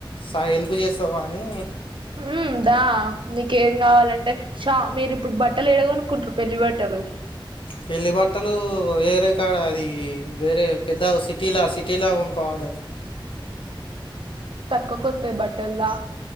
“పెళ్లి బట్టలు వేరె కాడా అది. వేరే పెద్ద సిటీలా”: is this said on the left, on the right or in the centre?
Left